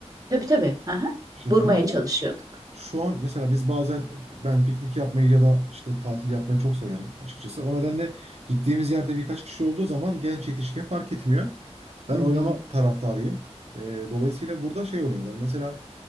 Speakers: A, on the right; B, on the right.
A: Tabii tabii. Aha.
B: Şimdi
A: Vurmaya
B: burada
A: çalışıyorduk.
B: şu an mesela biz bazen ben piknik yapmayı ya da işte tatil yapmayı çok severim açıkçası. O nedenle gittiğimiz yerde birkaç kişi olduğu zaman genç yetişkin fark etmiyor. Ben
A: Hı hı.
B: oynama taraftarıyım. Ee, dolayısıyla burada şey oynuyorlar. Mesela